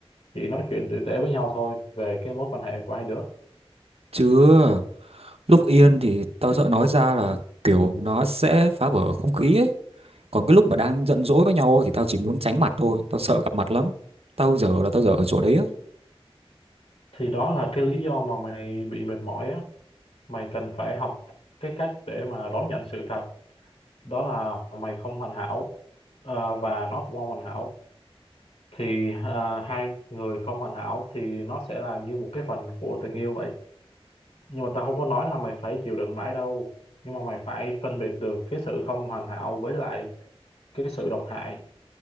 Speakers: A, on the left; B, on the right.
A: chỉ nói chuyện tử tế với nhau thôi về cái mối quan hệ của hai đứa
B: chứ lúc yên thì tao sợ nói ra là kiểu nó sẽ phá vỡ không khí ấy còn cái lúc mà đang giận dỗi với nhau thì tao chỉ muốn tránh mặt thôi tao sợ gặp mặt lắm tao giờ là tao giờ ở chỗ đấy á
A: thì đó là cái lý do mà mày bị mệt mỏi á mày cần phải học cái cách để mà đón nhận sự thật đó là mày không hoàn hảo ờ, và nó cũng không hoàn hảo thì à, hai người không hoàn hảo thì nó sẽ là như một cái phần của tình yêu vậy nhưng mà tao không có nói là mày phải chịu đựng mãi đâu nhưng mà mày phải phân biệt được cái sự không hoàn hảo với lại cái sự độc hại